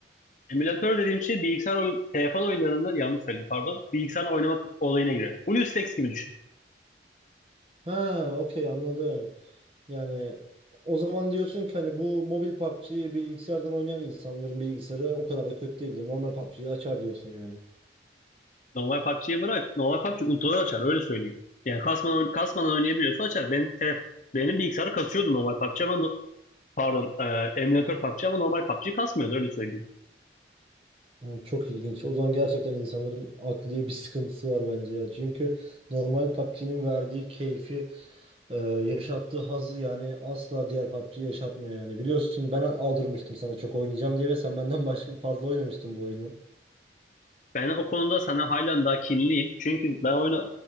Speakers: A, on the left (about 45°); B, on the right (about 30°).
A: Emülatör dediğim şey bilgisayar oyun, telefon oyunlarında yanlış söyledim pardon. Bilgisayar oynamak olayına giriyor. BlueStacks gibi düşün.
B: Ha, okey anladım. Yani o zaman diyorsun ki hani bu mobil PUBG'yi bilgisayardan oynayan insanların bilgisayarı o kadar da kötü değildi. Normal PUBG'yi açar diyorsun yani.
A: Normal PUBG'yi bırak. Normal PUBG ultralar açar öyle söyleyeyim. Yani kasmadan, kasmadan oynayabiliyorsa açar. Benim, telef benim bilgisayarı kasıyordu normal PUBG ama no- Pardon, e, emülatör PUBG ama normal PUBG kasmıyordu öyle söyleyeyim.
B: Yani çok ilginç. O zaman gerçekten insanların akli bir sıkıntısı var bence ya. Çünkü normal PUBG'nin verdiği keyfi Ee, yaşattığı hazzı yani asla diğer PUBG yaşatmıyor yani. Biliyorsun ben aldırmıştım sana çok oynayacağım diye ve sen benden başka fazla oynamıştın bu oyunu.
A: Ben o konuda sana halen daha kinliyim. Çünkü ben oyunu